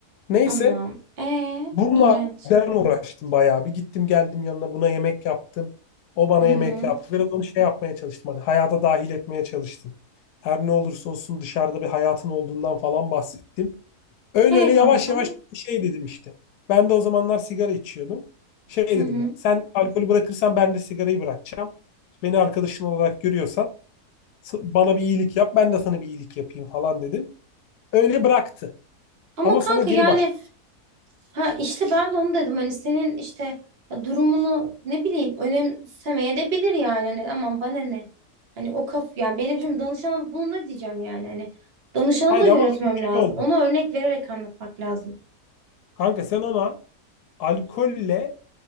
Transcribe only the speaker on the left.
Neyse
Bununla
Hı. ben uğraştım bayağı bir. Gittim geldim yanına buna yemek yaptım. O bana
yemek
yaptı. Biraz onu şey yapmaya çalıştım. Hani hayata dahil etmeye çalıştım. Her ne olursa olsun dışarıda bir hayatın olduğundan falan bahsettim. Öyle
öyle yavaş
yavaş şey dedim işte. Ben de o zamanlar sigara içiyordum. Şey dedim
ya. Sen alkolü bırakırsan ben de sigarayı bırakacağım. Beni arkadaşın olarak görüyorsan s- bana bir iyilik yap. Ben de sana bir iyilik yapayım falan dedim. Öyle bıraktı.
Ama
sonra geri
başladı.
Hayır
ama bir
şey oldu.
Kanka sen ona alkolle